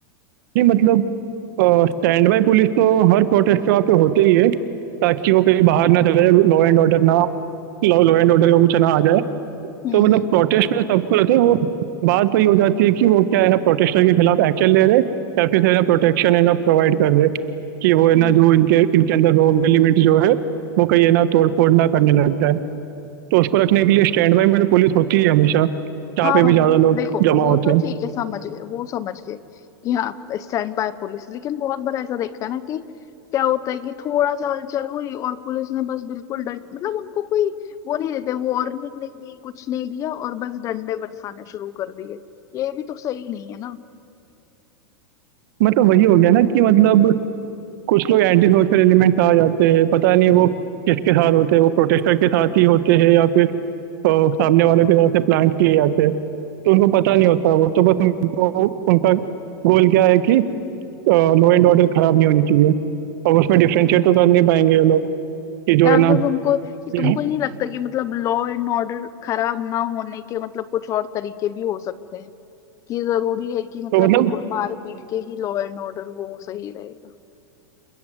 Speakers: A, on the right; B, on the left.
A: नहीं मतलब स्टैंड बाय पुलिस तो हर प्रोटेस्ट के वहाँ पे होते ही है ताकि वो कहीं बाहर ना चले जाए लॉ एंड ऑर्डर ना लॉ एंड ऑर्डर का कुछ ना आ जाए
B: हम्म
A: तो मतलब
B: हम्म
A: प्रोटेस्ट में सबको रहते हैं वो बात वही हो जाती है कि वो क्या है ना प्रोटेस्टर के खिलाफ एक्शन ले रहे हैं, या फिर है ना प्रोटेक्शन है ना प्रोवाइड कर रहे हैं, कि वो है
B: हम्म
A: ना जो इनके इनके अंदर रॉ एलिमेंट जो है वो कहीं है ना तोड़फोड़ ना करने लग जाए तो उसको रखने के लिए स्टैंड बाय में तो पुलिस होती है हमेशा जहाँ
B: हाँ
A: पे
B: हाँ,
A: भी
B: वो
A: ज्यादा लोग
B: देखो
A: जमा
B: वो
A: होते
B: तो
A: हैं
B: ठीक है समझ गए वो समझ गए कि हाँ स्टैंड बाय पुलिस लेकिन बहुत बार ऐसा देखा है ना कि क्या होता है कि थोड़ा सा हलचल हुई और पुलिस ने बस बिल्कुल डर मतलब उनको कोई वो नहीं देते वार्निंग नहीं दी कुछ नहीं दिया और बस डंडे बरसाने शुरू कर दिए ये भी तो सही नहीं है ना
A: मतलब वही हो गया ना कि मतलब कुछ लोग एंटी सोशल एलिमेंट्स आ जाते हैं पता नहीं वो किसके साथ होते हैं वो प्रोटेस्टर के साथ ही होते हैं या फिर तो सामने वालों की तरफ से प्लांट किए जाते हैं तो उनको पता नहीं होता वो तो बस उनको उनका गोल क्या है कि लॉ एंड ऑर्डर खराब नहीं होनी चाहिए और उसमें डिफ्रेंशिएट तो कर नहीं पाएंगे ये लोग कि जो
B: यार
A: है ना
B: तो तुमको
A: यहाँ-
B: तुमको ही नहीं लगता कि मतलब लॉ एंड ऑर्डर खराब ना होने के मतलब कुछ और तरीके भी हो सकते हैं कि जरूरी है कि मतलब
A: तो मतलब
B: बिल्कुल मार पीट के ही लॉ एंड ऑर्डर वो सही रहेगा